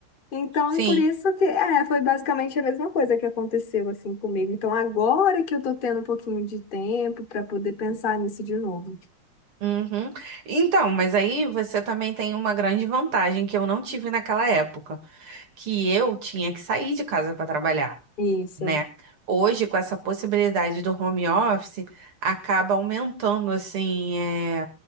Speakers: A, on the left; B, on the right.
A: Então,
B: sim.
A: por isso que é, foi basicamente a mesma coisa que aconteceu assim comigo. Então, agora que eu tô tendo um pouquinho de tempo para poder pensar nisso de novo.
B: Uhum. Então, mas aí você também tem uma grande vantagem que eu não tive naquela época, que eu tinha que sair de casa para trabalhar,
A: Isso.
B: né? Hoje, com essa possibilidade do home office, acaba aumentando, assim, é,